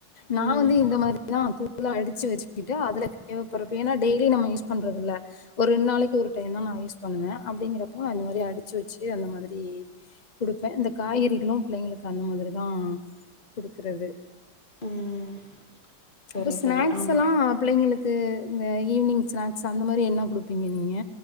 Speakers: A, on the left; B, on the left.
A: நா
B: ம்
A: வந்து இந்த மாரிதா புலா அடிச்சு வச்சிகிட்டு அதுல தேவைப்படுறபப்போ ஏனா டெய்லியு நம்ம யூஸ் பண்றதுல்ல ஒரு ரெண் நாளைக்கி ஒரு டைம் தா நா யூஸ் பண்ணுவ அப்படிங்கிறப்போ அந்த மாரி அடிச்சு வச்சு அந்த மாதிரி கொடுப்பே இந்த காய்கறிகளு பிள்ளைங்களுக்கு அந்த மாதிரி தா கொடுக்குறது
B: ம் சரி
A: இப்ப ஸ்நாக்ஸ்
B: சரி ஆமாம்
A: எல்லா பிள்ளைங்களுக் இது இந்த ஈவி்னிங் ஸ்நாக்ஸ் அந்த மாரி என்ன கொடுப்பீங்க நீங்க